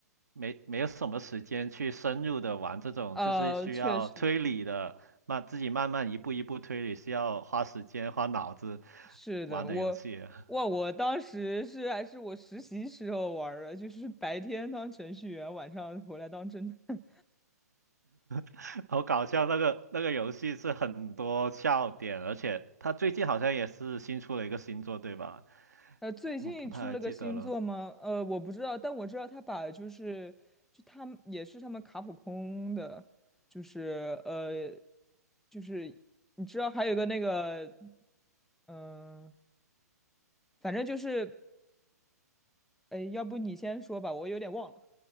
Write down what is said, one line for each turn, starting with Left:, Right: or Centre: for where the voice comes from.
Right: 没没有什么时间去深入的玩这种，
Centre: 呃，
Right: 就是需要推理的，
Centre: 确实
Right: 那自己慢慢一步一步推理，需要花时间花脑子
Centre: 是的，
Right: 玩的游戏啊。
Centre: 我哇，我当时是还是我实习时候玩儿的，就是白天当程序员，晚上回来当侦探。
Right: <laughs> 好搞笑，那个那个游戏是很多笑点，而且它最近好像也是新出了一个新作，对吧？
Centre: 呃，最近出了个新作吗？
Right: 我我不太记得了，
Centre: 呃，我不知道，但我知道他把就是就他们也是他们卡普空的，就是呃，就是你知道还有个那个，嗯、反正就是，哎，要不你先说吧，我有点忘了。